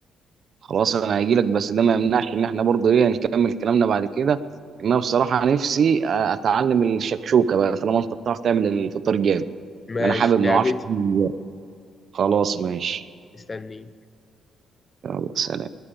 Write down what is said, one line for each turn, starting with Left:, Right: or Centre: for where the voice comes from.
Right: خلاص انا هيجي لك بس ده ما يمنعش ان احنا برضه ايه نكمل كلامنا بعد كده ان انا بصراحه نفسي أ- اتعلم الشكشوكه بقى طالما انت بتعرف تعمل الفطار جامد
Left: ماشي
Right: انا حابب
Left: لعبتي
Right: ما اعرفش <laughs> خلاص ماشي
Left: مستنيك
Right: يلا سلام